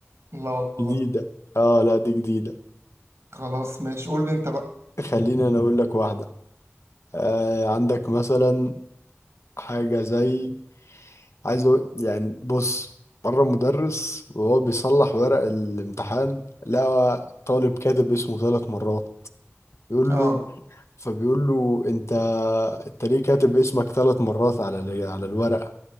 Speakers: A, on the right; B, on the left.
A: لا والله
B: جديده اه لا دي جديده
A: خلاص ماشي قول لي انت بقى
B: خلينا انا اقول لك واحده آه عندك مثلا حاجه زي عايز أقول يعني بص مرة مدرس وهو بيصلح ورق الامتحان لقى طالب كاتب اسمه ثلاث مرات بيقول
A: اه
B: له فبيقول له انت انت ليه كاتب اسمك ثلاث مرات على ال- على الورقة